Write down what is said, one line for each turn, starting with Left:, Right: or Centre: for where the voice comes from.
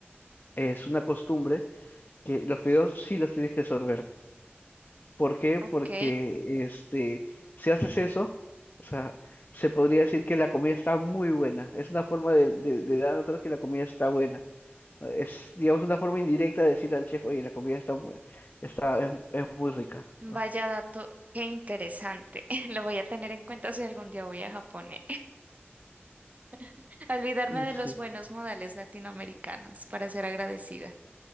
Left: es una costumbre que los fideos sí los tienes que sorber. ¿Por qué?
Right: ok.
Left: Porque este, si haces eso, o sea, se podría decir que la comida está muy buena. Es una forma de, de, de dar a notar que la comida está buena. Es, digamos, una forma indirecta de decirle al chef, oye, la comida está muy, está, es, es muy rica,
Right: Vaya
Left: ¿no?
Right: dato, qué interesante. <laughs> Lo voy a tener en cuenta si algún día voy a Japón, ¿eh? <laughs> Olvidarme
Left: Y
Right: de
Left: sí,
Right: los buenos modales latinoamericanos para ser agradecida.